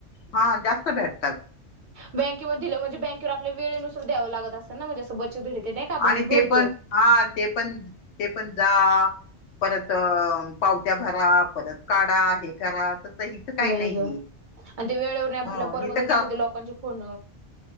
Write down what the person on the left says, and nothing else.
हा जास्त भेटतात.
आणि
ते पण हा ते पण ते पण जा परत पावत्या भरा, परत काढा हे करा. इथं काही
नाहीये
हो
हि तर
का